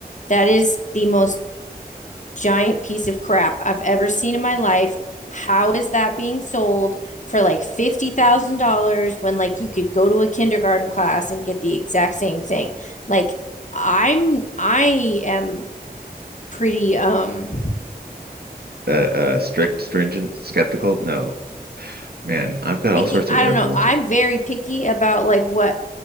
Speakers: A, on the left (about 50°); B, on the right (about 75°).
A: that is the most giant piece of crap I've ever seen in my life. How is that being sold for like $50,000 when like you could go to a kindergarten class and get the exact same thing? Like I'm I am pretty um
B: Uh, uh, strict, stringent, skeptical. No, man, I've got all
A: picky.
B: sorts
A: I
B: of words
A: don't know.
B: on the
A: I'm
B: tip.
A: very picky about like what